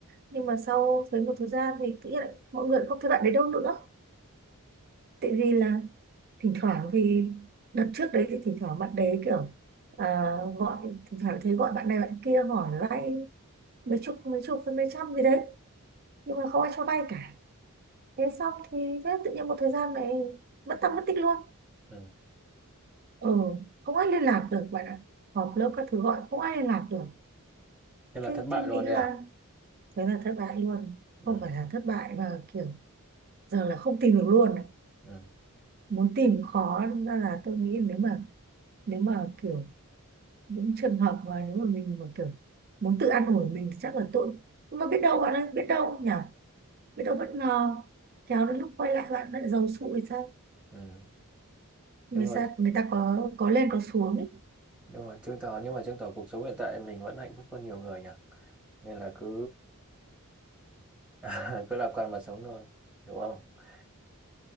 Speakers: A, on the right; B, in the centre.
A: nhưng mà sau thấy một thời gian thì tự nhiên lại mọi người không thấy bạn đấy đâu nữa tại vì là thỉnh thoảng thì đợt trước đấy thì thỉnh thoảng bạn đấy kiểu à, gọi thỉnh thoảng thấy gọi bạn này bạn kia hỏi vay mấy chục mấy chục với mấy trăm gì đấy nhưng mà không ai cho vay cả thế xong thì thế tự nhiên một thời gian này mất tâm mất tích luôn
B: Ừ.
A: ừ không ai liên lạc được bạn ạ họp lớp các thứ gọi không ai liên lạc được
B: Thế là
A: thế
B: thất bại
A: tôi nghĩ
B: luôn
A: là
B: đi à?
A: thế là thất bại luôn
B: Ừ.
A: không phải là thất bại mà kiểu giờ là không tìm được luôn ấy.
B: Ừ.
A: muốn tìm khó đâm ra là tôi nghĩ nếu mà nếu mà kiểu những trường hợp mà nếu mà mình mà kiểu muốn tự an ủi mình thì chắc là tội nhưng mà biết đâu bạn ơi biết đâu nhỉ biết đâu bất ngờ khéo đến lúc quay lại bạn lại giàu sụ thì sao
B: Ừ. Đúng
A: người
B: rồi
A: ta người ta có có lên có xuống ấy.
B: đúng rồi chứng tỏ nhưng mà chứng tỏ cuộc sống hiện tại mình vẫn hạnh phúc hơn nhiều người nhỉ nên là cứ ờ, <laughs> cứ lạc quan mà sống thôi đúng không